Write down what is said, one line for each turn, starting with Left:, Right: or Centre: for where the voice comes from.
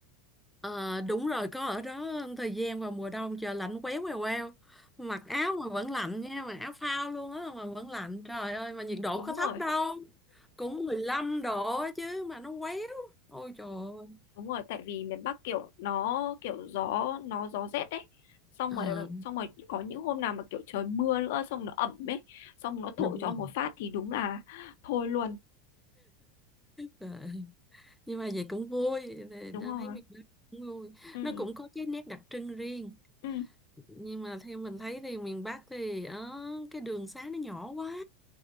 Centre: ờ, đúng rồi có ở đó thời gian vào mùa đông trời lạnh quéo quèo quèo mặc áo mà vẫn lạnh nha mà áo phao luôn á mà vẫn lạnh trời ơi mà nhiệt độ
Left: đúng
Centre: có thấp
Left: rồi
Centre: đâu cũng 15 độ á chứ mà nó quéo ôi trời ơi
Left: đúng rồi tại vì miền Bắc kiểu nó kiểu gió nó gió rét đấy xong
Centre: Ờ,
Left: rồi xong rồi có những hôm nào mà kiểu trời mưa nữa xong nó ẩm ấy xong nó thổi
Centre: đúng
Left: cho
Centre: rồi
Left: một phát thì đúng là thôi luôn
Centre: Ờ, nhưng mà vậy cũng vui thì
Left: đúng
Centre: nó
Left: rồi
Centre: thấy miền Bắc cũng vui
Left: ừ
Centre: nó cũng có cái nét đặc trưng riêng
Left: ừ
Centre: nhưng mà theo mình thấy thì miền Bắc thì ờ, cái đường xá nó nhỏ quá